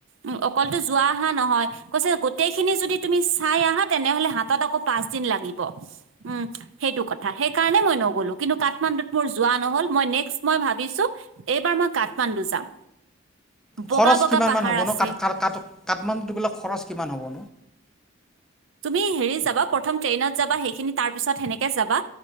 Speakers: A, on the right; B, in the centre.
A: অ অকলটো যোৱা আহা নহয়। কৈছে গোতেই খিনি যদি তুমি চাই আহা তেনেহলে হাতত আকৌ পাঁচ দিন লাগিব, উম। সেইটো কথা সেই কাৰণে মই নগ'লো কিন্তু কাঠমাণ্ডুত মোৰ যোৱা নহল মই নেক্স মই ভাবিছো এইবাৰ মই কাঠমাণ্ডু যাম। বগা
B: খৰচ
A: বগা
B: কিমান
A: পাহাৰ
B: মান হ'ব
A: আছে
B: নো কাঠ - কাৰ - কাঠ - কাঠমাণ্ডু গলে খৰচ কিমান হ'ব?
A: তুমি হেৰি যাবা প্ৰথম ট্ৰেইনত যাবা সেইখিনি তাৰ পিছত সেনেকে যাবা।